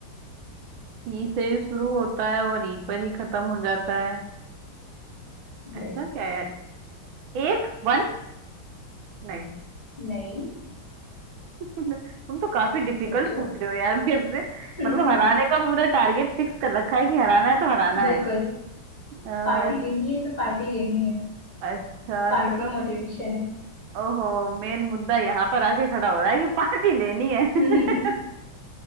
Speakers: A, on the right; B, on the left.
A: ई से ही शुरू होता है और ई पर ही खत्म हो जाता है ऐसा
B: ये
A: क्या यार एक वन नहीं
B: नहीं
A: <laughs> तुम तो काफी डिफिकल्ट
B: सोचो
A: पूछ रहे हो यार मेरे से
B: <laughs>
A: मतलब हराने का पूरा टारगेट फिक्स कर रखा है कि हराना है तो हराना
B: बिल्कुल
A: है अ,
B: पार्टी
A: ऐसा
B: लेनी है तो पार्टी लेनी है
A: अच्छा
B: पार्टी
A: चलो
B: मोटिवेशन है
A: ओहो मेन मुद्दा यहाँ पर आके खड़ा हो रहा है कि पार्टी लेनी है
B: <laughs>
A: <laughs>